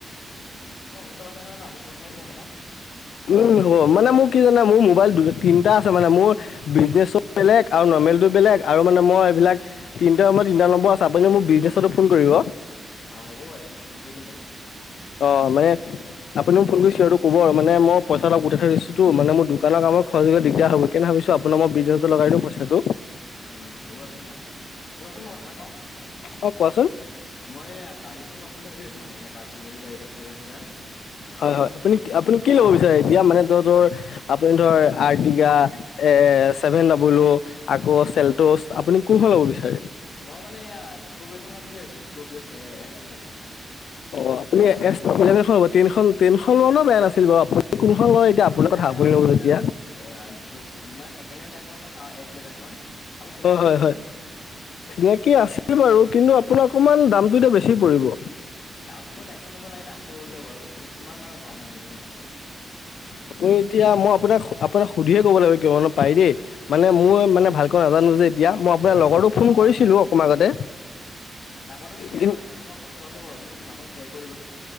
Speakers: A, on the left; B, on the left.
A: আ নহয় ন মই কোনমাই দিম আপোনাক
B: উম হ'ব মানে মোৰ কি জানে মোৰ মোবাইল দু তিনটা আছে মানে মোৰ বিজনেচ বেলেগ আৰু নৰ্মেলটো বেলেগ আৰু মানে মই এইবিলাক তিনিটা সময় তিনিটা নম্বৰ আছে আপুনি মোক বিজনেছতো ফোন কৰিব
A: অ', হ'ব বাৰু আপোনাক ফোন কৰি দিম বাৰু মই
B: অ', মানে আপুনি মোক ফোন কৰি চ ক'ব মানে মই গোটাই ঠয় দিছো মানে মোৰোকান আম খৰচবিল দিগদাৰ হ' কেনে ভাবিছো আপোন মই বিজছটো লগাই দিওঁ পই হেলল
A: উম হ'ব একো নাই বাৰু শুনাচোন মই কথা এটা কওঁ
B: অঁ কোৱাচোন
A: মই এইআ গাড়ীখন ল'ম বুলি ভাবি আছো মানে, এনেকা ফেমিলি গাড়ীৰ ছেভেন চিটাৰ।
B: হয় হয় আপুনি আপুনি কি ল'ব বিচাৰে এতিয়া, মানে ধ ধৰ আপুনি ধৰ! টা এ চছেভেন ডাবলো আকৌ চেল্টচ আপুনি কোনখন ল'ব বিচাৰে?
A: মই মানে এয়া স্কপিঅ এখন ল' বুলি ভাবছো। স্পিঅ' এচেভেন খন।
B: অ আপুনি এছ লব টেইন ট্ৰেইনখন ললেৱো বেয়া নাছিল বাৰু আপুনি কোনখন লয়! সেইতো আপোনাৰ
A: নাই
B: কথা
A: নাই
B: আপুনি
A: মই
B: লব
A: মই
B: যেতিয়া।
A: মানে এয়া নতুন মানে ছেকেণ্ড হেণ্ড টাইপৰ এখন চাওঁ এছ ইলেভেনখন। আপোনাৰ চিনাকি
B: অ হয়
A: আছে নে
B: হয়।
A: কোনোবা?
B: চিনাকি আছিল বাৰু কিন্তু আপোনাৰ অকণমান দামটো এতিয়া বেছি পৰিব।
A: দামটো বৰ টেনশ্যন লব লাগে দামটো হৈ যাব বাৰু কিমান মানত পাম মান দামটো
B: আপুনি এতিয়া মই আপোনাক আপোনাক সুধিহে ক'ব লাগিব কো পাৰ দেই মানে মোৰ মানে ভালক ন নাজানো যে এতিয়া মই আপোনাৰ লগৰটো
A: অ'
B: ফোন কৰিছিলো অকমান আগতে
A: নাম্বাৰটো মোক শ্বেয়াৰ
B: কি
A: কৰি দিবচোন এইটো মই আছে বাৰু মোক আপু শ্বেয়াৰ দিবচোন